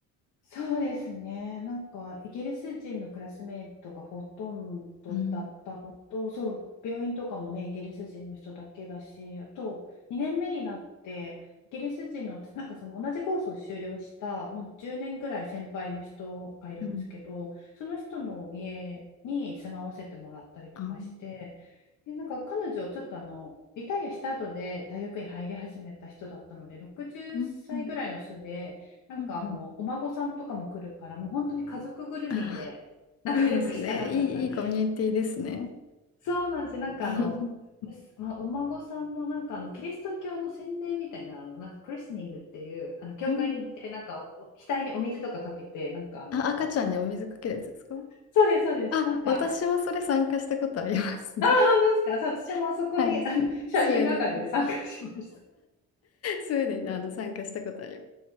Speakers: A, on the left; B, on the left.
A: そうですね。なんか、イギリス人のクラスメイトがほとんどだったのと、
B: うん、
A: そう、病院とかもね、イギリス人の人だけだし、あと、2年目になって、イギリス人の、なんかその同じコースを修了した、もう10年ぐらい先輩の人がいるんですけど、
B: うん、
A: その人の家に住まわせてもらったりとかして、
B: あー、
A: で、なんか彼女、ちょっとあの、リタイアした後で大学に入り始めた人だったので、60歳ぐらいの人で、
B: うん、うん、
A: なんかあの、
B: うん、うん。
A: お孫さんとかも来るから、もう本当に家族ぐるみで仲良くしたような感じ。
B: あーいいですね。いい、いいコミュニティですね。
A: そうなんですよ。なんかあの、
B: <laughs>
A: むすまあ、お孫さんのなんかあのキリスト教の洗礼みたいなあのなんかクリスニングっていうあの教会に行ってなんかお額にお水とかかけてなんかあの
B: うん。あ、赤ちゃんにお水かけるやつですか
A: そうですそうですなんかあ
B: あ、私もそれ参加したことあります。
A: 本当ですかそう私もあそこにあの写真係で参加しました
B: <laughs> はい。スウェーデンで。<laughs> スウェーデンであの参加したことあります。
A: <laughs>